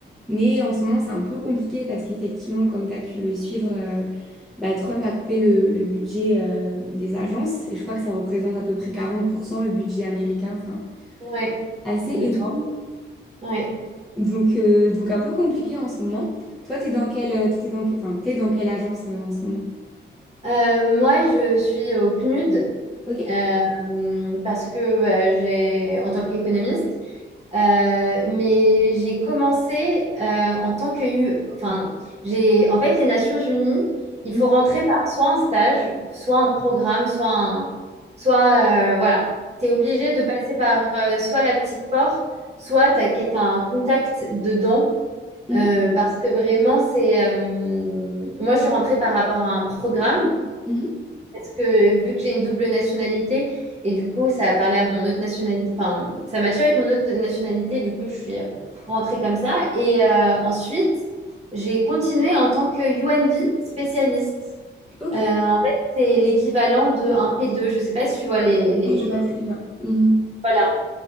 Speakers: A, in the centre; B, on the right (about 35°).
A: Mais en ce moment, c'est un peu compliqué parce qu'effectivement, comme tu as pu le suivre, euh, bah, Trump a coupé le, le budget euh, des agences. Et je crois que ça représente à peu près 40% le budget américain. Enfin,
B: ouais,
A: assez
B: de
A: énorme.
B: tout. Ouais.
A: Donc, euh, donc un peu compliqué en ce moment. Toi, t'es dans quelle, t'es dans, que- enfin, t'es dans quelle agence euh, en ce moment?
B: Euh, moi, je suis au PNUD
A: Ok.
B: euh, parce que bah, j'ai, en tant qu'économiste, euh, mais j'ai commencé euh, en tant que U. Enfin, j'ai, en fait, les Nations Unies, il
A: Mhm,
B: faut rentrer par soit un stage, soit un programme, soit un, soit euh, voilà, t'es obligé de passer par euh, soit la petite porte, soit t'as, t'as un contact dedans.
A: mhm,
B: Euh, parce que vraiment, c'est. euh, moi, je suis rentrée par rapport à un programme,
A: mhm.
B: parce que vu que j'ai une double nationalité, et du coup, ça a parlé à mon autre nationalité. Enfin, ça matchait avec mon autre nationalité, du coup, je suis rentrée comme ça. Et euh, ensuite, j'ai continué en tant que UNV spécialiste.
A: Ok.
B: Euh, en fait, c'est l'équivalent d'un p deux. Je ne sais pas si tu vois les, les...
A: Oui, je vois très bien. Mhm.
B: Voilà,